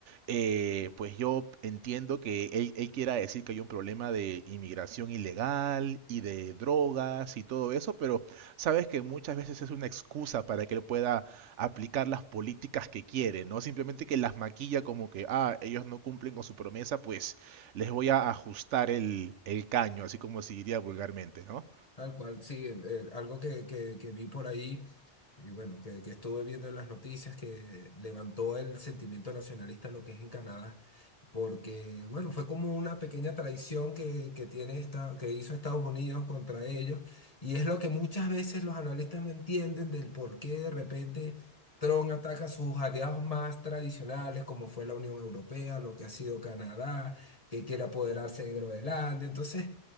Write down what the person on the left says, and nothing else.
Tal cual, sí, eh, algo que, que, que vi por ahí y bueno, que, que estuve viendo en las noticias que levantó el sentimiento nacionalista lo que es en Canadá, porque bueno, fue como una pequeña traición que, que tiene esta, que hizo Estados Unidos contra ellos y es lo que muchas veces los analistas no entienden del por qué de repente Trump ataca a sus aliados más tradicionales, como fue la Unión Europea, lo que ha sido Canadá, que quiere apoderarse de Groenlandia, entonces...